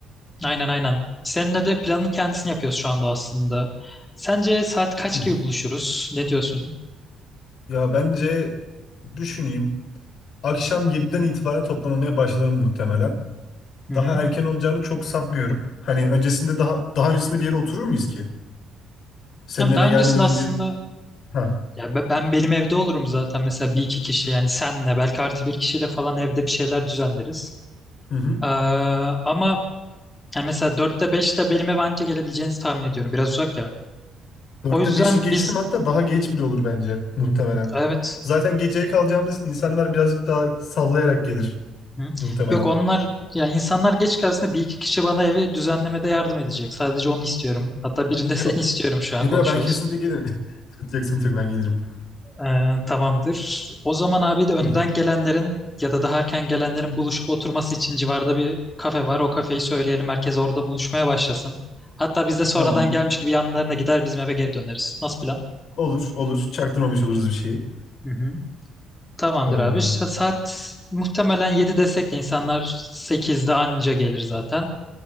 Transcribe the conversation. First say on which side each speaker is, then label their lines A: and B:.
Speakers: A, on the left (about 15°); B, on the left (about 60°).
A: aynen aynen. Seninle de planın kendisini yapıyoruz şu anda aslında. Sence saat kaç
B: Hı.
A: gibi buluşuruz? Ne diyorsun?
B: Ya bence düşüneyim. Akşam yediden itibaren toplanmaya başlarım muhtemelen.
A: Hı
B: daha
A: hı.
B: erken olacağını çok sanmıyorum. Hani öncesinde daha daha öncesinde bir yere oturur muyuz ki? Senin
A: Ama
B: eve
A: daha
B: gelmeden
A: öncesinde
B: önce
A: aslında
B: ha
A: ya be- ben benim evde olurum zaten mesela bir iki kişi yani senle belki artı bir kişiyle falan evde bir şeyler düzenleriz.
B: hı hı.
A: Ee, ama Yani mesela dörtte beşte benim eve anca gelebileceğinizi tahmin ediyorum. Biraz uzak ya.
B: Dörtte
A: O yüzden
B: beşi geçtim
A: biz
B: hatta daha geç bile olur bence muhtemelen.
A: evet.
B: Zaten geceye kalacağımız için insanlar birazcık daha sallayarak gelir
A: Hı.
B: muhtemelen.
A: Yok onlar ya insanlar geç gelsin de bir iki kişi bana evi düzenlemede yardım edecek. Sadece onu istiyorum. Hatta birinde <laughs> seni
B: Yok.
A: istiyorum şu an
B: Yok
A: konuşuyoruz.
B: ben kesinlikle gelirim. <laughs> Sıkıntı yok, sıkıntı yok ben gelirim.
A: Ee, tamamdır. O zaman abi de önden
B: Hı,
A: gelenlerin ya da daha erken gelenlerin buluşup oturması için civarda bir kafe var. O kafeyi söyleyelim. Herkes orada buluşmaya başlasın. Hatta biz de sonradan
B: Tamam.
A: gelmiş gibi yanlarına gider bizim eve geri döneriz. Nasıl plan?
B: Olur olur. Çaktırmamış oluruz bir şeyi.
A: Hı hı. Tamamdır
B: Ee,
A: abi. Sa- Saat muhtemelen 7 desek de insanlar sekizde anca gelir zaten.